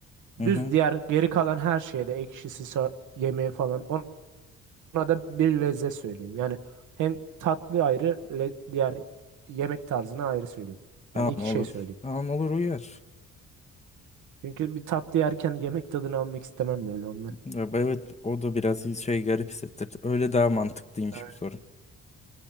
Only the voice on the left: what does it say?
Hı hı.
Tamam
olur.
Tamam olur uyar.
Ya, bu- Evet o da biraz şey garip hissettir. Öyle daha mantıklıymış
bu soru.